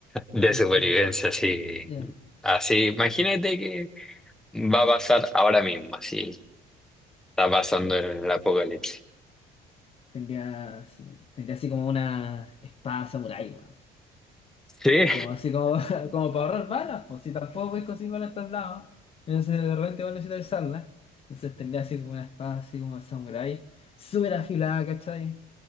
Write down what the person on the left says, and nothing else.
¿cachai?
Así como,
ya.
Tendría así, tendría así como una espada samurái, weón.
Como así como, <laughs> como para ahorrar balas, pues si tampoco podéis conseguir balas en todos lados, entonces de repente igual necesitas usarla. Entonces tendría así como una espada así como de samurái, súper afilada, ¿cachai?